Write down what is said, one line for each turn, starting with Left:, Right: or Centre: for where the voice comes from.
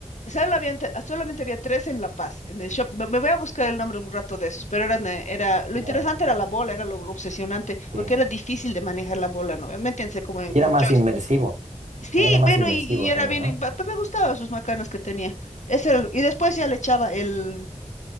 Left: Solo habían te- solamente había tres en La Paz, en el shopping. Me me voy a buscar el nombre algún rato de esos, pero eran, eh, era, lo
Right: Ya,
Left: interesante era la bola, era lo, lo obsesionante, porque
Right: sí.
Left: era difícil de manejar la bola, ¿no? Métanse como en,
Right: Y
Left: como
Right: era más
Left: joystick.
Right: inmersivo,
Left: Sí,
Right: ¿no? Era más
Left: bueno,
Right: inmersivo
Left: y, y era
Right: también,
Left: bien,
Right: ¿no?
Left: y pa- pa- me gustaban sus macanas que tenía. Ese era lo- y después ya le echaba el